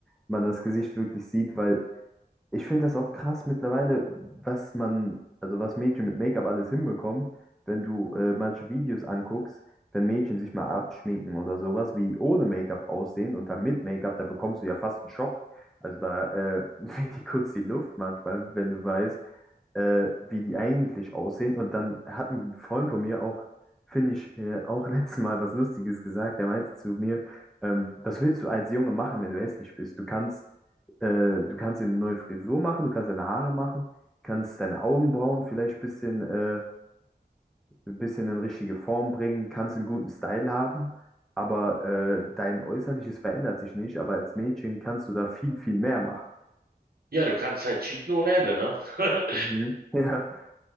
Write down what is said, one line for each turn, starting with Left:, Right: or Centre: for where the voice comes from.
Centre: man das Gesicht wirklich sieht, weil ich finde das auch krass mittlerweile, was man, also was Mädchen mit Make-up alles hinbekommen, wenn du äh, manche Videos anguckst, wenn Mädchen sich mal abschminken oder sowas, wie ohne Make-up aussehen und dann mit Make-up, da bekommst du ja fast einen Schock. Also da äh, <laughs> weht dir kurz die Luft manchmal, wenn du weißt, äh, wie die eigentlich aussehen. Und dann hat ein Freund von mir auch, finde ich, äh, auch <laughs> letztes Mal was Lustiges gesagt. Der meinte zu mir, ähm, was willst du als Junge machen, wenn du hässlich bist? Du kannst äh, du kannst dir eine neue Frisur machen, du kannst deine Haare machen, kannst deine Augenbrauen vielleicht ein bisschen, äh, ein bisschen in richtige Form bringen, kannst einen guten Style haben, aber äh, dein Äußerliches verändert sich nicht, aber als Mädchen kannst du da viel, viel mehr machen.
Right: Ja, du kannst halt cheaten ohne Ende, ne? <laughs>
Centre: Mhm. <laughs> Ja,